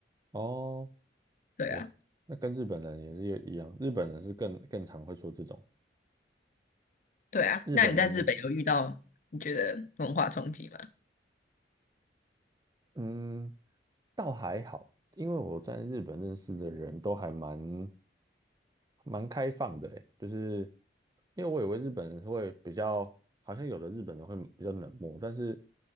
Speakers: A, on the right; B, on the left.
A: 哦，
B: 对啊。
A: 我是那跟日本人也是一样，日本人是更更常会说这种，
B: 对啊，
A: 日本人的
B: 那你在日本有遇到你觉得文化冲击吗？
A: 嗯，倒还好，因为我在日本认识的人都还蛮蛮开放的，诶，就是因为我以为日本人会比较，好像有的日本人会比较冷漠，但是